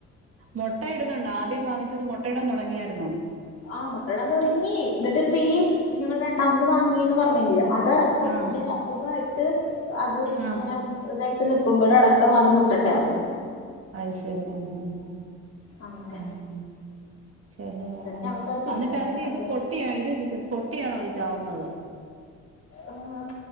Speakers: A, on the right (about 45°); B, on the left (about 55°).
A: മുട്ട ഇടുന്നുണ്ട ആദ്യം വാങ്ങിച്ചത് മു ട്ടടം തുടങ്ങിയാരുന്നോ
B: ആ മുട്ട ഇടാൻ തുടങ്ങി എന്നിട്ട് ഇപ്പ ഈ ഞങ്ങളെ രണ്ടാമത് വാങ്ങിയന്ന് പറഞ്ഞിലിയ അതടക്കം
A: ആഹ്
B: ഈ ഒരസുഖമായിട്ട് അത്
A: ആഹ്
B: ഇങ്ങനെ ഇതായിട്ട് നി ക്കുമ്പോഴടക്കം <unintelligible> അത് മുട്ടട്ടറുന്
A: അയ്ശേരി ഉം ഉം ഉം
B: അങ്ങനെ
A: ഉം ചില
B: എന്നിട്ട്
A: ആഹ്
B: ഞങ്ങൾക്കത് തിന്നാനൊക്കെ
A: അന്നിട്ട് അതിന്റെ
B: മടിയാ
A: ഇത് പൊട്ടിയാ ഇത് പൊട്ടിയാണോ നാവുന്നത്
B: ആഹ്